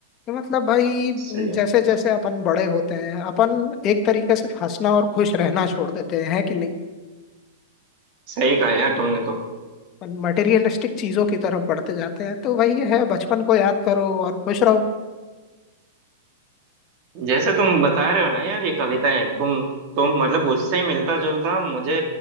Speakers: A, on the left; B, on the right.
A: तो मतलब भाई
B: सही है
A: जैसे जैसे अपन बड़े होते हैं अपन एक तरीके से हंसना और खुश रहना छोड़ देते हैं है कि नहीं
B: सही कहा यार तुमने तो
A: अपन मटेरियलिस्टिक चीजों की तरफ बढ़ते जाते हैं तो वही है बचपन को याद करो और खुश रहो
B: जैसे तुम बता रहे हो ना यार ये कविताएं तुम तुम मतलब उससे ही मिलता जुलता मुझे